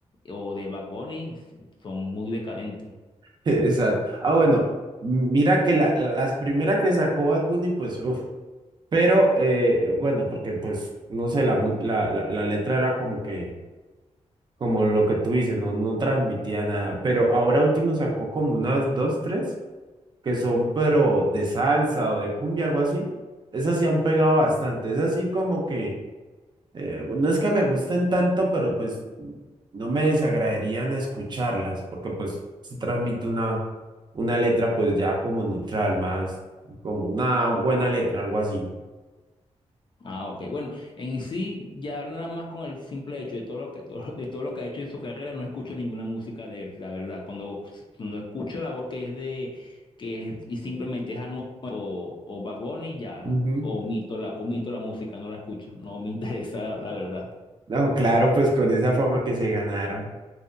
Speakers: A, on the left; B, on the right.
A: o de Bad Bunny, son muy decadentes.
B: <laughs> exacto. Ah, bueno, mira que la, las primeras que sacó Bad Bunny, pues, uff, pero eh, bueno, porque pues, no sé, la, mu- la, la la letra era como que como lo que tú dices, no, no transmitía nada, pero ahora último sacó como unas dos, tres, que son pero de salsa o de cumbia, algo así. Esas sí han pegado bastante, es así como que, eh, no es que me gusten tanto, pero pues no me desagradarían escucharlas, porque pues se transmite una, una letra pues ya como neutral, más como una buena letra, algo así.
A: Ah, ok. Bueno, en sí, ya nada más con el simple hecho de todo lo que, <laughs> de todo lo que ha hecho en su carrera, no escucho ninguna música de él, la verdad. Cuando, cuando escucho la voz que es de, que es, y simplemente es Anuel o, o Bad Bunny, ya
B: Ujú.
A: omito la, omito la música, no la escucho, no me <laughs> interesa, la verdad.
B: No, claro, pues con esa fama que se ganaron.